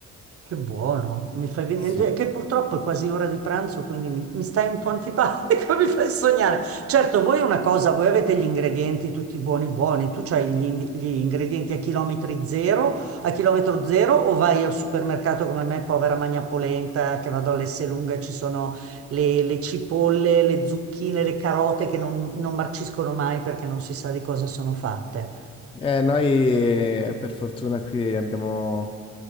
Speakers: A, on the right; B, on the left.
A: Che buono, mi fai venire,
B: Sì.
A: cioè, che purtroppo è quasi ora di pranzo, quindi mi, mi stai un po' antipatico, <laughs> mi fai sognare. Certo, voi una cosa, voi avete gli ingredienti tutti buoni buoni, tu c'hai gli, indi- gli ingredienti a chilometri zero, a chilometro zero, o vai al supermercato come me, povera magna polenta, che vado all'Esselunga e ci sono le, le cipolle, le zucchine, le carote che non, non marciscono mai perché non si sa di cosa sono fatte.
B: Eh, noi eh, per fortuna qui abbiamo...